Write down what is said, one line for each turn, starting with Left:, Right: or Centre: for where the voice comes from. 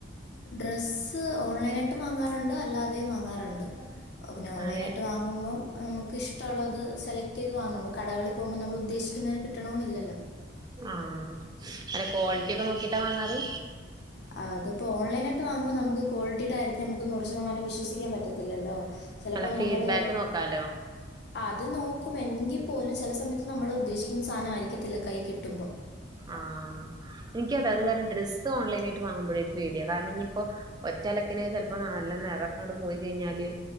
Left: ഡ്രസ്സ് ഓൺലൈനായിട്ടും വാങ്ങാറുണ്ട് അല്ലാതെയും വാങ്ങാറുണ്ട്
Right: <inaudible>
Left: പിന്നെ ഓൺലൈനായിട്ട്
Right: അതെ
Left: വാങ്ങുമ്പം നമുക്ക് ഇഷ്ടമുള്ളത് സെലക്ട് ചെയ്ത് വാങ്ങണം നമ്മൾ കടകളി പോകുമ്പോ നമ്മള് ഉദ്ദേശിക്കന്നെ കിട്ടണോന്നില്ലല്ലോ
Right: ആഹ് അല്ല ക്വാളിറ്റി ഒക്കെ നോക്കിട്ടാ വാങ്ങാറ്
Left: ആ അതിപ്പോ ഓൺലൈനായിട്ട് വാങ്ങുമ്പോ നമുക്ക് കോ ളിറ്റിയുടെ കാര്യത്തി നമുക്ക് നൂറ് ശതമാനം വിശ്വസിക്കാൻ പറ്റത്തില്ലല്ലോ ചിലപ്പോ
Right: അല്ല ഫീഡ്ബാക്ക്
Left: നമ്മള്
Right: നോക്കാലോ
Left: അത് നോക്കും എങ്കിൽ പോലും ചില സമയത്ത് നമ്മൾ ഉദ്ദേശിക്കുന്ന സാധനം ആയിരിക്കത്തില്ല കൈ കിട്ടുമ്പോ
Right: ആഹ് എനിക്കതെ അത് കാരണം ഡ്രസ്സ് ഓൺലൈനായിട്ട് വാങ്ങുമ്പോഴേ ഒരു പേടിയ കാരണം ഇനിയിപ്പോ ഒറ്റലക്കിന് ചെലപ്പോ നല്ല നിറൊക്കെണ്ട് പോയി കഴിഞ്ഞാല്